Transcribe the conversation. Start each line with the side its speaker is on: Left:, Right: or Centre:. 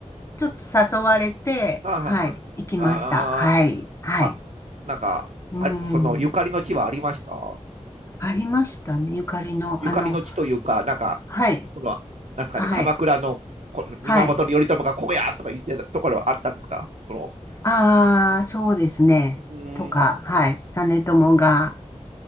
Left: ちょっと誘われて、
Right: はあ、
Left: はい。
Right: はあ、はあ。
Left: 行きました。はい。
Right: あーあ、
Left: はい。
Right: なんか、
Left: うん。
Right: あ、そのゆかりの地はありました
Left: ありましたね。ゆかりの、
Right: ゆかりの地というか、
Left: あの、
Right: なんか、
Left: はい。
Right: その、なんですかね、
Left: はい。
Right: 鎌倉のこ源頼朝がここやとか言ってたところはあったんですかその、
Left: はい。ああ、そうですね。
Right: うーん、
Left: とか、はい。実朝が、